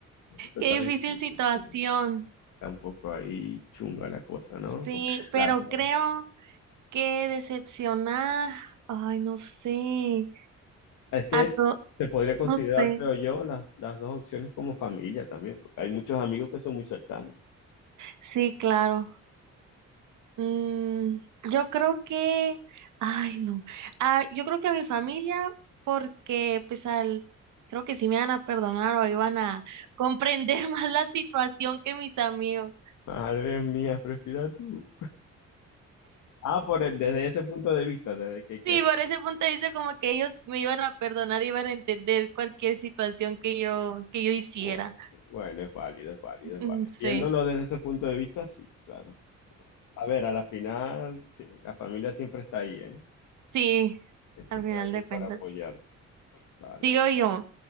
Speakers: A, on the left (about 90°); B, on the right (about 80°).
A: Esto
B: qué
A: Está difícil,
B: difícil situación.
A: sí. Está un poco ahí chunga la cosa, ¿no?
B: Sí,
A: Porque
B: pero
A: las dos.
B: creo que decepcionar, ay, no sé,
A: Es que
B: a
A: es-
B: to,
A: se podría considerar,
B: no sé.
A: creo yo, las, las dos opciones como familia también, porque hay muchos amigos que son muy cercanos.
B: Sí, claro. Mm, yo creo que, ay, no. Ah, yo creo que a mi familia, porque pues al, creo que sí me van a perdonar o iban a comprender <laughs> más la situación que mis amigos.
A: Madre mía, prefiero a tú. Ah, por el- desde ese punto de vista, desde que crees
B: Sí, por ese punto de vista como que ellos me iban a perdonar, iban a entender cualquier situación que yo que yo hiciera.
A: Bueno, bueno, es válido, es válido, es
B: Mm,
A: válido.
B: Sí,
A: Viéndolo desde ese punto de vista, sí, claro. A ver, a la final, sí, la familia siempre está ahí, ¿eh?
B: sí,
A: Siempre
B: al
A: está
B: final
A: ahí
B: de
A: para
B: cuentas.
A: apoyarte. Vale,
B: Digo
A: vale.
B: yo,